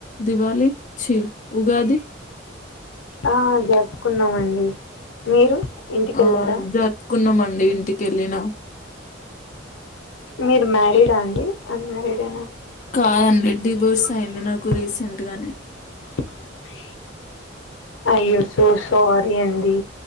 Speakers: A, on the left (about 40°); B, on the left (about 80°).
A: దీవాలి చి ఉగాది
B: ఆ జరుపుకున్నామండి. మీరు ఇంటికెళ్ళారా
A: ఆ జర్పుకున్నమండి ఇంటిక్ కెళ్ళినా
B: మీర్ మ్యారీడా అండి అన్మారీడేనా <unintelligible>
A: కాదండి డివోర్స్ అయింది నాకు రీసెంట్ గానే
B: అయ్యో సో సారీ అండి